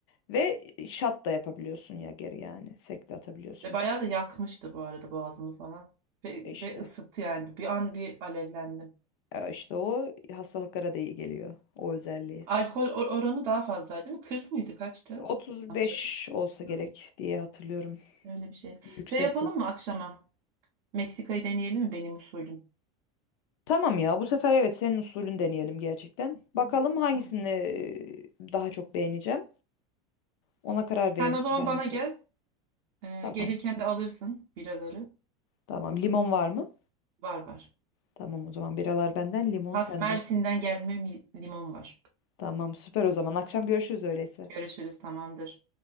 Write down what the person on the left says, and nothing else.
Ve şat da yapabiliyorsun Yager'i yani. Sek de atabiliyorsun.
E İşte.
E işte o hastalıklara da iyi geliyor. O özelliği.
35
olsa gerek
diye hatırlıyorum.
Yüksekti.
Tamam ya bu sefer evet senin usulünü deneyelim gerçekten. Bakalım
hangisini
e, daha çok beğeneceğim. Ona karar verim,
vermiş
olayım.
Tamam.
Tamam. Limon var mı?
Tamam o zaman biralar benden, limon
senden.
Tamam süper o zaman. Akşam görüşürüz öyleyse.